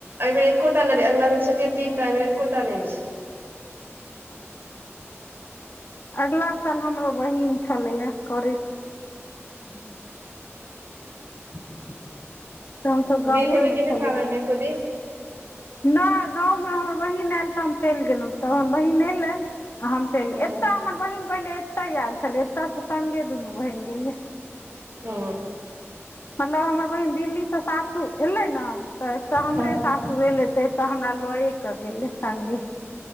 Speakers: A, on the right; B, on the left.
A: एबेर एकोटा लगे, अगला बेर छलियै तीनटा एबेर एकोटा नै एछ।
B: अगला साल हमरो बहिन छलैया करै
A: हां। <inaudible>
B: तऽ हम सब गाँवे
A: गेल हेबै
B: मे
A: कि नहि
B: छलियै।
A: पाबनिमे एको दिन
B: नै गाँव मे हमर बहिन आएल तऽ हम चैल गेलौ तहन बहिन एलै। हम चैल
A: हँ
B: एता हमर बहिन पहिले एते आएल छलै, एता से संगे दुनू बहिन गेलये।
A: औ।
B: मतलब हमर बहिन दिल्ली से सासुर एलै ना। तऽ एतऽ हमरे
A: हँ
B: सासुर एले तऽ एता हमरा लए कऽ गेलै संगे।